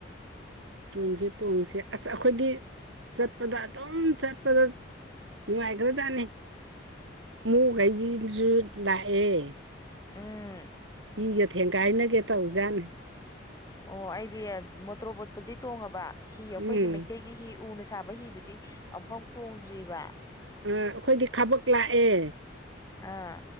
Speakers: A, on the right (about 80°); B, on the left (about 20°).
A: ꯇꯣꯡꯁꯤ ꯇꯣꯡꯁ ꯑꯩꯈꯣꯏꯒꯤ ꯆꯠꯄꯗ ꯑꯗꯨꯝ ꯆꯠꯄꯗ ꯅꯨꯡꯉꯥꯏꯇꯕꯖꯥꯅꯤ ꯃꯣꯛꯈꯩꯁꯤꯁꯨ ꯂꯥꯛꯑꯦ꯫
B: ꯎꯝ
A: ꯏꯒꯦ ꯊꯦꯡ ꯀꯥꯏꯅꯒꯦ ꯇꯧꯖꯥꯅꯦ꯫
B: ꯑꯣ ꯑꯩꯗꯤ ꯃꯣꯇꯣꯔꯣꯕꯣꯠꯄꯨꯗꯤ ꯇꯣꯡꯉꯕ ꯍꯤ
A: ꯎꯝ
B: ꯑꯩꯈꯣꯏꯒꯤ ꯃꯩꯇꯩꯒꯤ ꯍꯤ ꯎꯅ ꯁꯥꯕ ꯍꯤꯗꯨꯗꯤ ꯑꯃꯨꯐꯥꯎ ꯇꯣꯡꯗ꯭ꯔꯤꯕ
A: ꯑꯩꯈꯣꯏꯗꯤ ꯈꯕꯛ ꯂꯥꯛꯑꯦ꯫
B: ꯑꯥ